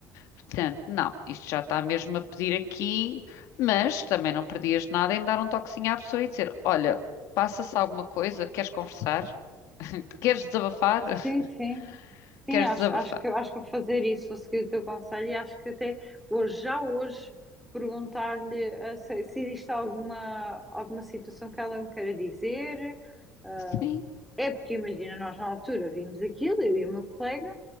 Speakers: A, on the left; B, in the centre.
A: Portanto, não, isto já está mesmo a pedir aqui, mas também não perdias nada em dar um toquezinho à pessoa e dizer: Olha, passa-se alguma coisa, queres conversar? <laughs> Queres desabafar? <laughs>
B: Sim, sim. Sim,
A: Queres
B: acho,
A: desabafar?
B: acho que, acho que vou fazer isso, vou seguir o teu conselho e acho que até hoje, já hoje, perguntar-lhe eh, se, se existe alguma, alguma situação que ela me queira dizer. Eh,
A: Sim,
B: É porque imagina, nós na altura vimos aquilo, eu e o meu colega,